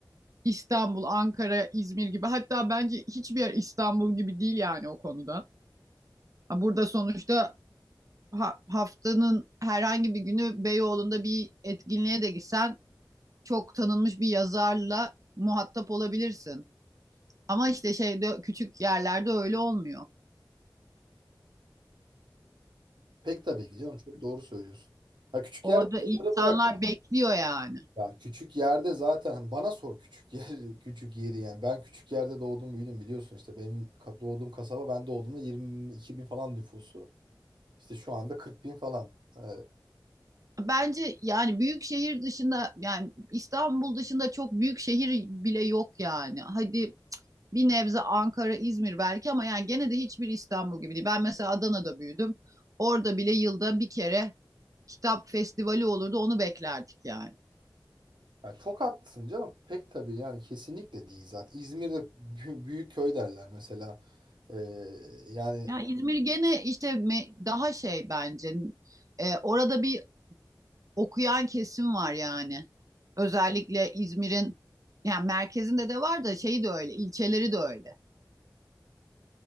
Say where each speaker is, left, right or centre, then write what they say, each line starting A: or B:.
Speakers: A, on the right; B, on the right.
A: İstanbul, Ankara, İzmir gibi hatta bence hiçbir yer İstanbul gibi değil yani o konuda. Burada sonuçta ha- haftanın herhangi bir günü Beyoğlu'nda bir etkinliğe de gitsen çok tanınmış bir yazarla muhatap olabilirsin. Ama işte şeyde küçük yerlerde öyle olmuyor.
B: Pek tabii ki canım çok doğru söylüyorsun. Ha küçük
A: Orada
B: yerde yazarı
A: insanlar
B: bırak.
A: bekliyor yani.
B: Ya küçük yerde zaten hani bana sor küçük yer <laughs> küçük yeri yani ben küçük yerde doğdum büyüdüm biliyorsun işte benim ka- doğduğum kasaba ben doğduğumda 22 bin falan nüfusu işte şu anda 40 bin falan ee,
A: Bence yani büyük şehir dışında yani İstanbul dışında çok büyük şehir bile yok yani. Hadi bir nebze Ankara, İzmir belki ama yani gene de hiçbir İstanbul gibi değil. Ben mesela Adana'da büyüdüm. Orada bile yılda bir kere kitap festivali olurdu. Onu beklerdik yani.
B: yani çok haklısın canım pek tabii yani kesinlikle değil zaten İzmir'de bü- büyük köy derler mesela Ee, yani
A: Ya İzmir gene işte me- daha şey bence e, orada bir okuyan kesim var yani. Özellikle İzmir'in yani merkezinde de var da şeyi de öyle, ilçeleri de öyle.